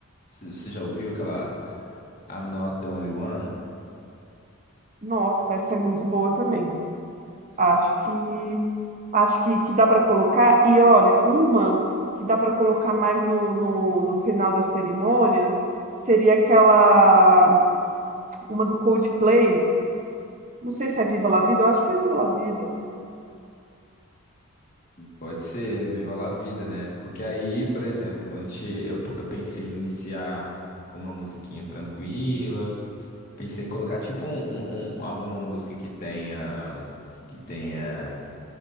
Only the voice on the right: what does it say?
Nossa, essa é muito boa também.
Acho que acho que, que dá para colocar. E olha, uma que dá para colocar mais no, no, no final da cerimônia seria aquela. uma do Coldplay. Não sei se é Viva La Vida, eu acho que é Viva La Vida.